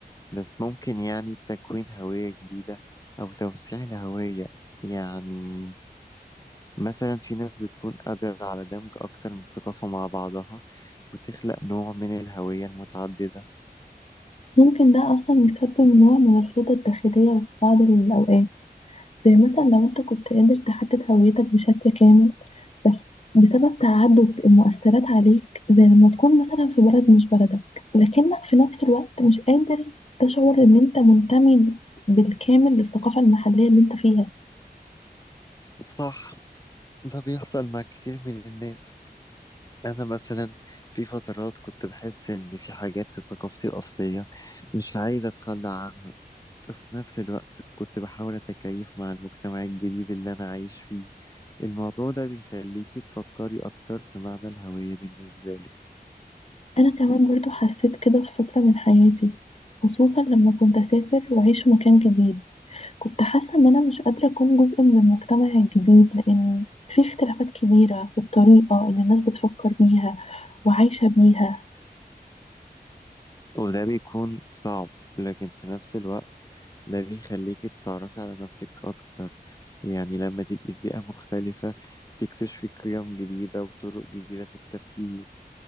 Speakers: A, on the left; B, on the left.
A: بس ممكن يعني تكوين هوية جديدة أو توسيع الهوية يعني مثلا في ناس بتكون قادرة على دمج أكتر من ثقافة مع بعضها وتخلق نوع من الهوية المتعددة
B: ممكن ده أصلا يسبب نوع من الفوضى الداخلية في بعض الأوقات زي مثلا لو أنت كنت قادر تحدد هويتك بشكل كامل بس بسبب تعدد المؤثرات عليك زي لما تكون مثلا في بلد مش بلدك لكنك في نفس الوقت مش قادر تشعر إن أنت منتمي بالكامل للثقافة المحلية اللي أنت فيها
A: صح ده بيحصل مع كتير من الناس أنا مثلا في فترات كنت بحس إن في حاجات في ثقافتي الأصلية مش عايز أتخلى عنها في نفس الوقت كنت بحاول أتكيف مع المجتمع الجديد اللي أنا عايش فيه الموضوع ده بيخليكي تفكري أكتر في معنى الهوية بالنسبة لك
B: أنا كمان برضو حسيت كده في فترة من حياتي خصوصا لما كنت أسافر وأعيش في مكان جديد كنت حاسة إن أنا مش قادرة أكون جزء من المجتمع الجديد لأن في اختلافات كبيرة في الطريقة اللي الناس بتفكر بيها وعايشة بيها
A: وده بيكون صعب لكن في نفس الوقت ده بيخليكي تتعرفي على نفسك أكتر يعني لما تبقي في بيئة مختلفة تكتشفي قيم جديدة وطرق جديدة في التفكير